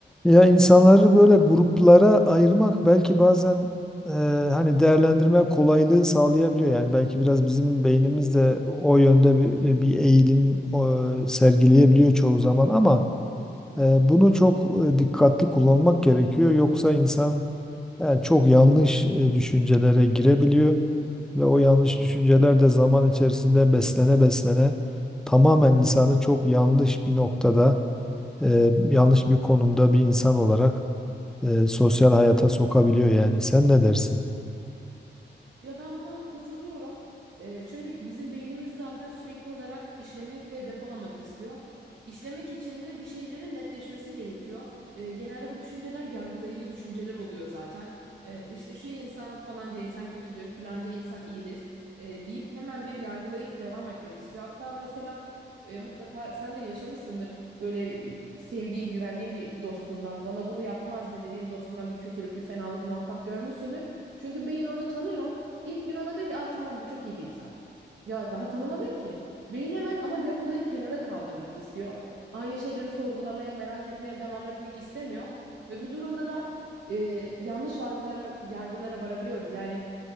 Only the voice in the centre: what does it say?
Ya insanları böyle gruplara ayırmak belki bazen e, hani değerlendirme kolaylığı sağlayabiliyor. Yani belki biraz bizim beynimiz de o yönde bir, e, bir eğilim e, sergileyebiliyor çoğu zaman ama e, bunu çok e, dikkatli kullanmak gerekiyor. Yoksa insan e, çok yanlış e, düşüncelere girebiliyor ve o yanlış düşünceler de zaman içerisinde beslene beslene tamamen insanı çok yanlış bir noktada, e, yanlış bir konumda bir insan olarak e, sosyal hayata sokabiliyor yani. Sen ne dersin?